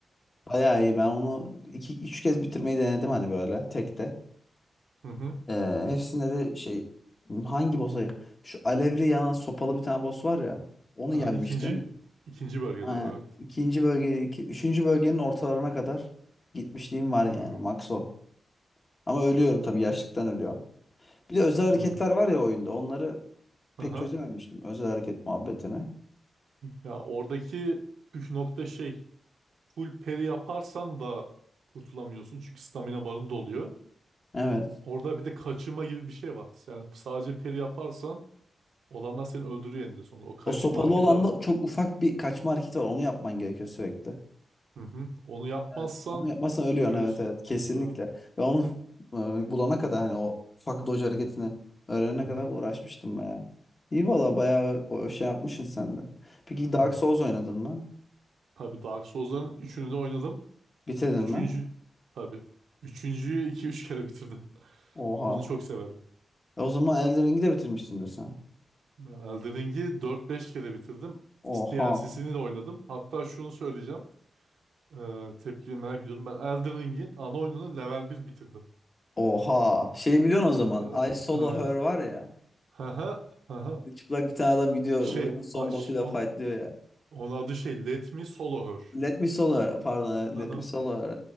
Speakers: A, on the left; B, on the right.
A: Bayağı iyi. Ben onu iki, üç kez bitirmeyi denedim hani böyle tekte.
B: Hı hı.
A: Ee, hepsinde de şey hangi boss'a şu alevli yanan sopalı bir tane boss var ya onu
B: Aha,
A: yenmiştim.
B: ikinci, ikinci bölgede
A: Aynen.
B: o evet.
A: İkinci bölge, iki- üçüncü bölgenin ortalarına kadar gitmişliğim var
B: Hmm.
A: yani max o. Ama ölüyorum tabii yaşlıktan ölüyorum. Bir de özel hareketler
B: Hmm.
A: var ya oyunda onları pek
B: Aha.
A: çözememiştim özel hareket muhabbetini.
B: Ya oradaki püf nokta şey. full peri yaparsan da kurtulamıyorsun. Çünkü stamina barın doluyor.
A: Evet.
B: Orada bir de kaçırma gibi bir şey var. Yani sadece peri yaparsan olanlar seni öldürüyor eninde sonunda. O kaçırma
A: O sopalı
B: hareketi
A: olan
B: var.
A: da çok ufak bir kaçma hareketi var onu yapman gerekiyor sürekli.
B: Hı hı. Onu yapmazsan
A: Evet, onu yapmazsan ölüyorsun
B: ölüyorsun.
A: evet evet kesinlikle.
B: Evet.
A: Ve onu e, bulana kadar hani o fuck dodge hareketini öğrenene
B: Hı hı.
A: kadar uğraşmıştım bayağı. İyi valla bayağı o, o şey yapmışsın sen de. Peki Dark
B: Hı.
A: Souls oynadın mı?
B: Tabii Dark Souls'ların üçünü de oynadım.
A: Bitirdin
B: Üçüncü
A: mi?
B: tabii. Üçüncüyü iki üç kere bitirdim.
A: Oha.
B: Onu çok severim.
A: E o zaman Elden Ring'i de bitirmişsindir sen.
B: Ben Elden Ring'i 4-5 kere bitirdim.
A: Oha.
B: DLC'sini de oynadım. Hatta şunu söyleyeceğim. Ee, tepkini merak ediyorum. Ben Elden Ring'in ana oyununu level bir bitirdim.
A: Oha. Şey biliyorsun o zaman
B: Ee,
A: I Solo
B: evet.
A: Her var ya.
B: Haha. Haha.
A: Çıplak bir tane adam gidiyor
B: Şey,
A: oyunun son
B: a- ş-
A: boss'uyla
B: on,
A: fightlıyor ya.
B: onun adı şey Let Me Solo Her.
A: Let Me Solo Her pardon evet,
B: Haha.
A: Let Me Solo Her